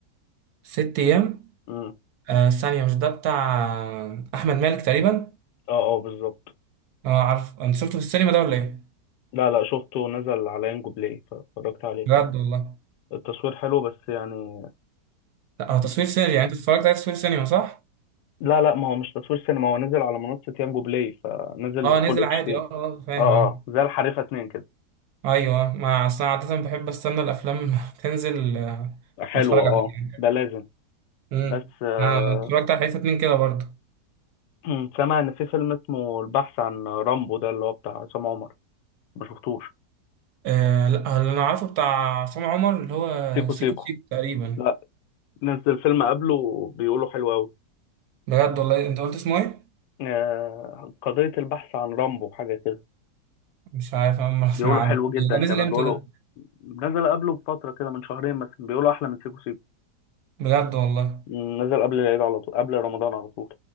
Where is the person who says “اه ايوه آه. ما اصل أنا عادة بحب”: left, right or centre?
Right